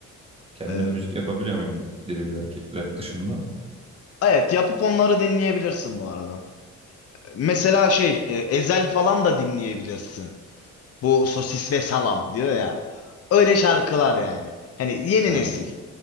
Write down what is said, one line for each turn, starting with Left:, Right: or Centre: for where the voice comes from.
Right: Kendim
Left: Ee,
Right: müzik yapabiliyor muyum drill ve rap dışında?
Left: evet, yapıp onları dinleyebilirsin bu arada. Mesela şey, e, Ezel falan da dinleyebilirsin. Bu sosis ve salam diyor ya. Öyle şarkılar yani. Hani yeni
Right: Ya
Left: nesil.
Right: ben,